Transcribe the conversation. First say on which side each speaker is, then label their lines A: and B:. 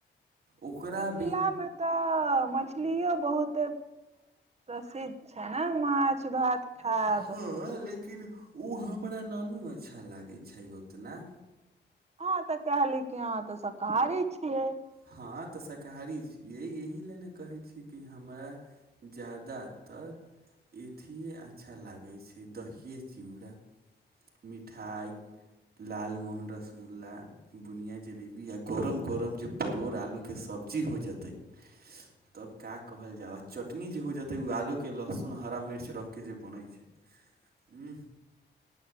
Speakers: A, on the right; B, on the right.
A: ओकरा
B: मिथिलामे
A: बिन
B: तऽ मछलियो बहुत प्रसिद्ध छै ने माछ भात खायब
A: हँ लेकिन ओ हमरा नानू अच्छा लागै छै ओतना
B: हँ त कहली की अहाँ त शाकाहारी छियै
A: हँ तऽ शाकाहारी छियै एहि लए ने कहैत छी कि हमरा जादातर अथे अच्छा लागै छै दहिए चिड़ा मिठाइ लालमोहन रसगुल्ला बुनिया जलेबी गोरम गोरम जे परोड़ आलूके सब्जी हो जेतै तब क्य कहल जा चटनी जे हो जेतै ओ आलू के लहसुन हरा मिर्च रखके जे बनैत छै ह